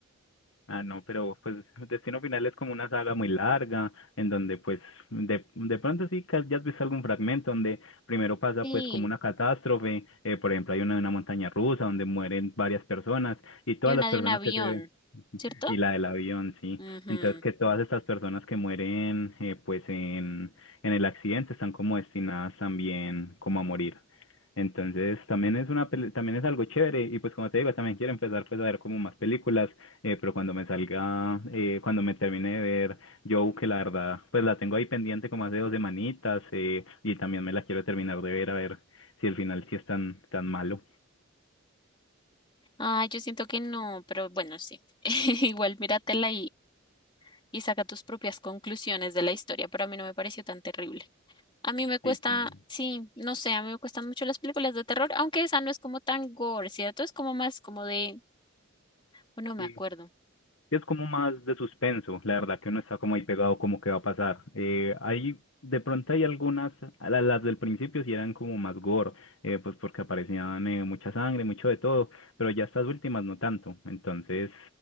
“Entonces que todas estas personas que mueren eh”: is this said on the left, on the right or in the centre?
Left